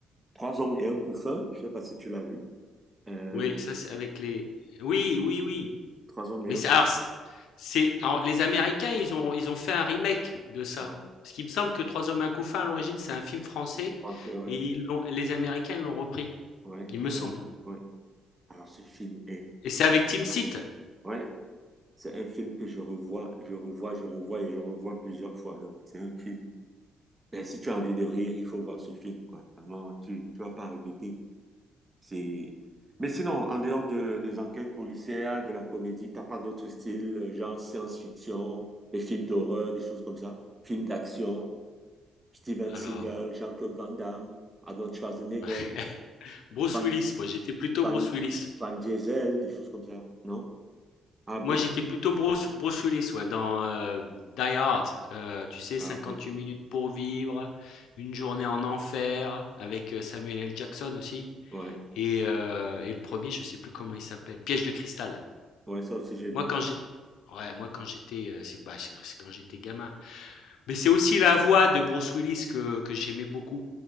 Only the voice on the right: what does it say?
Trois hommes et un couffin. Je sais pas si tu l'as vu. Euh,
Trois hommes
et un
couffin.
Ouais,
français, ouais.
Ouais,
ils
l'ont repris, ouais. Alors ce film est
magique.
Ouais, c'est un film que je revois, je revois, je revois et je revois plusieurs fois. Donc c'est un film. Ben, si tu as envie de rire, il faut voir ce film, quoi. Vraiment, tu tu vas pas regretter. C'est. Mais sinon, en dehors de, des enquêtes policières, de la comédie, t'as pas d'autres styles, euh, genre science-fiction, des films d'horreur, des choses comme ça, films d'action, Steven
Seagal, Jean-Claude Van Damme, Arnold Schwarzenegger,
Van
Van
Van Diesel, des choses comme ça, non? Ah, Bruce
Willis.
Ah,
ok.
Ouais.
Ouais, ça aussi, j'ai vu.